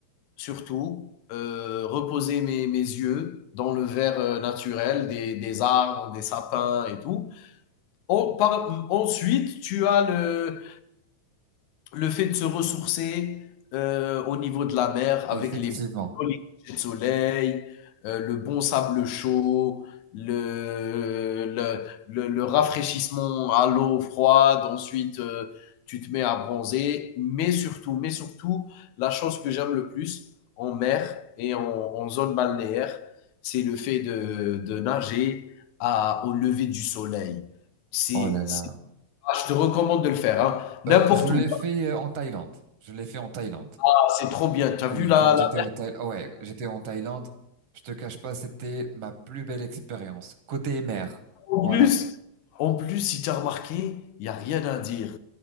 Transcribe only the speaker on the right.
Effectivement.
Oh là là.
Euh, je l'ai
fait euh, en Thaïlande. Je l'ai fait en Thaïlande.
Oui,
quand j'étais
au Thaï... ouais, j'étais en Thaïlande. Je te cache pas, c'était ma plus belle expérience. Côté mer.
Voilà.